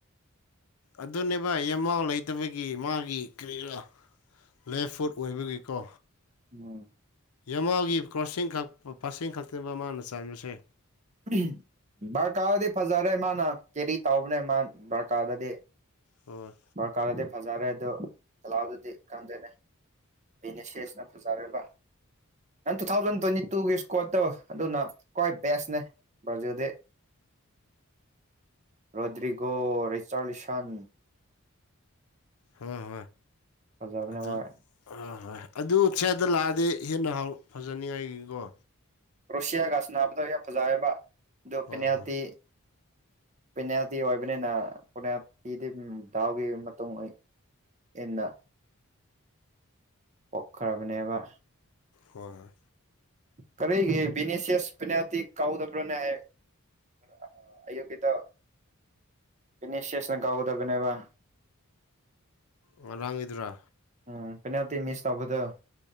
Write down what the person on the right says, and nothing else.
ꯎꯝ
ꯎꯝ ꯕꯔꯀꯥꯔꯔꯗꯤ ꯐꯖꯔꯦ ꯃꯥꯅ ꯀꯦꯔꯤ ꯇꯩꯕꯅꯦ ꯃꯥ ꯕꯔꯀꯥꯔꯗꯗꯤ
ꯗꯔꯀꯥꯔꯗꯤ ꯐꯖꯔꯦ ꯑꯗꯨ ꯂꯥꯎꯟꯗꯨꯗꯤ ꯈꯪꯗꯦꯅꯦ ꯕꯤꯅꯦꯁꯦꯁꯅ ꯐꯖꯔꯦꯕ ꯅꯪ ꯇꯨ ꯊꯥꯎꯖꯟ ꯇꯨꯋꯦꯟꯇꯤ ꯇꯨꯒꯤ ꯏꯁꯀ꯭ꯋꯥꯠꯇꯣ ꯑꯗꯨꯅ ꯈ꯭ꯋꯥꯏ ꯕꯦꯁꯅꯦ ꯚꯖꯨꯗꯤ ꯔꯣꯗ꯭ꯔꯤꯒꯣ ꯔꯦꯆꯥꯕꯤꯁꯥꯟ
ꯐꯖꯕꯅꯦ
ꯃꯣꯏ
ꯔꯨꯁꯤꯌꯥꯒꯥ ꯁꯥꯟꯅꯕꯗꫭ ꯌꯥꯝ ꯐꯖꯩꯌꯦꯕ ꯗꯨꯄꯤꯅꯦꯜꯇꯤ
ꯄꯦꯅꯥꯜꯇꯤ ꯑꯣꯏꯕꯅꯤꯅ ꯄꯣꯅꯥꯜꯇꯤꯗꯤꯗꯨꯝ ꯗꯥꯎꯒꯤ ꯃꯇꯨꯡ ꯑꫭꯏ ꯏꯟꯅ ꯄꯣꯛꯈ꯭ꯔꯕꯅꯦꯕ
ꯈꯔꯤꯒꯤ ꯕꯤꯅꯤꯁꯤꯌ꯭ꯁ ꯄꯦꯅꯥꯜꯇꯤ ꯀꯥꯎꯗꯕꯔꯅꯦꯍꯦ ꯑꯥ ꯑꯌꯨꯛꯀꯤꯗꫭ ꯏꯅꯤꯁꯤꯌ꯭ꯁꯅ ꯀꯥꯎꯒꯗꯕꯅꯦꯕ
ꯎꯝ ꯐꯅꯇ ꯃꯤꯁ ꯇꯧꯕꯗꯣ